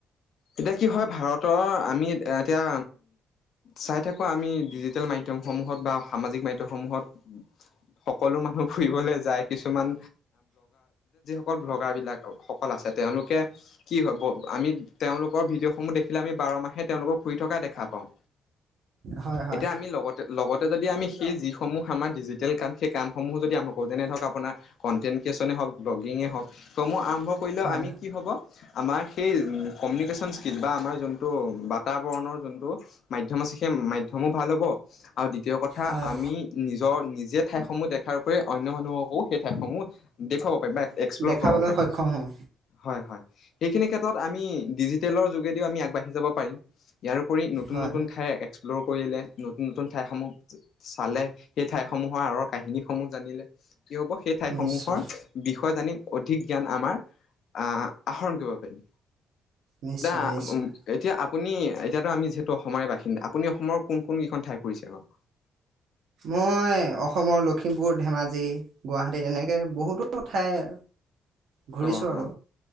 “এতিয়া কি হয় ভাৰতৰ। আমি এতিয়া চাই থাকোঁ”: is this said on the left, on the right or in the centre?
Left